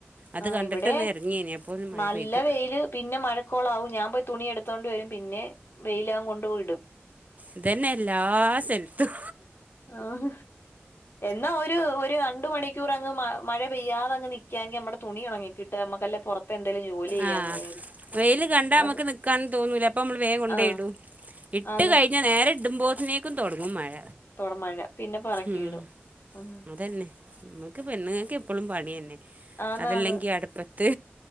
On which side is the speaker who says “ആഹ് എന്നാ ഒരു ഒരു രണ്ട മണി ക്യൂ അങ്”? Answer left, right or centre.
Left